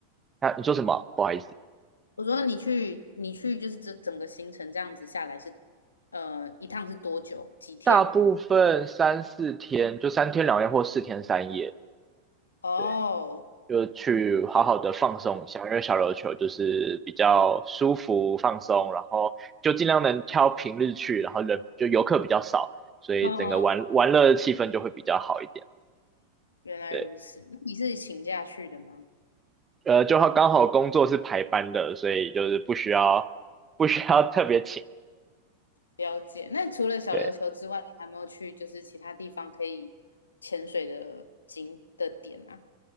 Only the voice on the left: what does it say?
我说你去，你去就是这整个行程这样子下来是，呃，一趟是多久？几天？
哦，
哦哦哦，原来如此。
那你是请假去的吗？
了解。那除了小琉球之外，
你还没有去就是其他地方可以潜水的景的点啊？